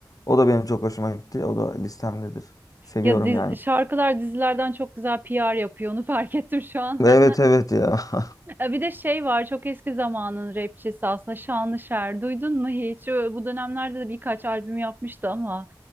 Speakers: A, on the left; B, on the right.
A: O da benim çok hoşuma gitti. O da listemdedir. Seviyorum
B: Ya diz-
A: yani.
B: şarkılar dizilerden çok güzel PR yapıyor onu <laughs> fark ettim şu an.
A: Evet
B: <laughs>
A: evet ya. <laughs>
B: E, Bir de şey var çok eski zamanın rapçisi aslında Şanlışer. Duydun mu hiç? Ö, Bu dönemlerde de birkaç albüm yapmıştı ama